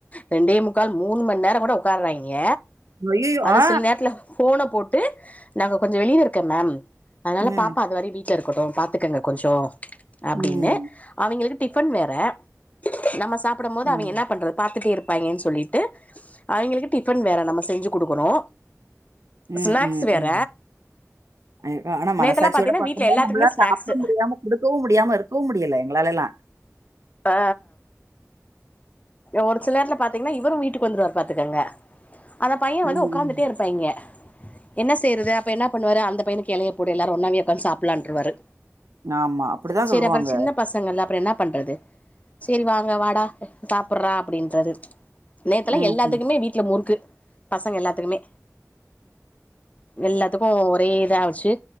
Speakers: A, on the left (about 25°); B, on the right (about 70°).
A: ரெண்டே முக்கால் மூணு மண் நேர கூட உக்காறாய்ங்க
B: ஐய்யயோ!
A: அது
B: ஆ.
A: சில நேரத்ல போன போட்டு நாங்க கொஞ்ச வெளில இருக்கே மேம் அதனால
B: ம்.
A: பாப்பா அது வரயு வீட் வீட்ல இருக்கட்டு பாத்துக்கோங்க கொஞ்ஜோ அப்படின்னு
B: ம்.
A: அவங்களுக்கு டிஃபன் வேற நம்ம சாப்டும் போது
B: ம்.
A: அவங்க என்னா பண்றது பாத்துட்டே இருப் பாய்ங்கன்னு சொல்லிட்டு அவங்களுக்கு டிஃபன் வேற நம்ம செஞ்சு குடுக்கணு
B: ம்.
A: ஸ்நாக்ஸ்
B: ம்.
A: வேற
B: ம். அ ஆனா
A: நேத்தெல்லா
B: மனசாட்சியோட
A: பாத்தீங்கன்னா
B: பாக்கும்போது
A: வீட்ல எல்லாத்துக்குமே
B: நம்மளா
A: ஸ்நாக்ஸ்
B: சாப்ட முடியாம இருக்கவு முடியாம இருக்கவு முடியல எங்களாலல்லா
A: ஆ ஒரு சில நேரலா பாத்தீங்கன்னா இவரு வீட்டுக்கு வந்துருவாரு பாத்துக்கங்க அந்த பைய வந்து
B: ம்.
A: உக்காந்துட்டே இருப்பாய்ங்க என்ன செய்யறது அப்ப என்னா பண்ணுவாரு அந்த பையனுக்கு எலைய போடு எல்லாரு ஒண்ணாவே உக்காந்து சாப்டலான்னுவாரு
B: ஆமா. அப்படிதான்
A: சரி
B: சொல்லுவாங்க.
A: அப்புறம் சின்ன பசங்கள்ல அப்புறம் என்ன பண்றது சரி வாங்க வாடா சாப்படுறா அப்படின்றது நேத்துல
B: ம்.
A: எல்லாத்துக்குமே
B: ம்.
A: வீட் ல முறுக்கு பசங்க எல்லாத்துக்குமே எல்லாத்துக்கு ஒரே இதா வச்சு